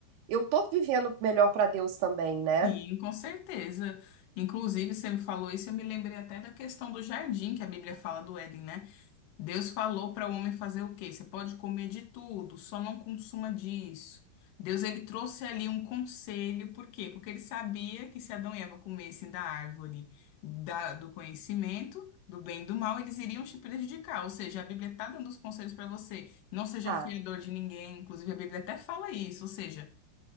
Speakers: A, on the right; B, on the left.
A: eu tô vivendo melhor para Deus também, né?
B: Sim, com certeza. Inclusive, você me falou isso, eu me lembrei até da questão do jardim que a Bíblia fala do Éden, né? Deus falou para o homem fazer o quê? Você pode comer de tudo, só não consuma disso. Deus ele trouxe ali um conselho, por quê? Porque ele sabia que se Adão e Eva comessem da árvore da- do conhecimento, do bem e do mal, eles iriam se prejudicar. Ou seja, a Bíblia está dando os conselhos para você. Não seja
A: Tá,
B: fiador de ninguém, inclusive a Bíblia até fala isso. Ou seja,